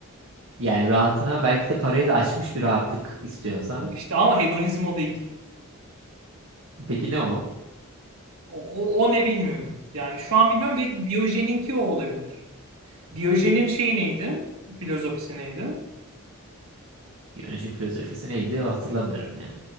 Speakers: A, on the right (about 65°); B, on the right (about 85°).
A: Yani rahatına belki de parayı da aşmış bir rahatlık istiyorsan.
B: O işte ama hedonizm o değil.
A: Peki ne o?
B: O, o, o ne bilmiyorum. Yani şu an bilmiyorum. Belki Diyojen'inki o olabilir. Diyojen'in şeyi neydi? Filozofisi neydi?
A: Diyojen'in filozofisi neydi? Hatırlamıyorum ya.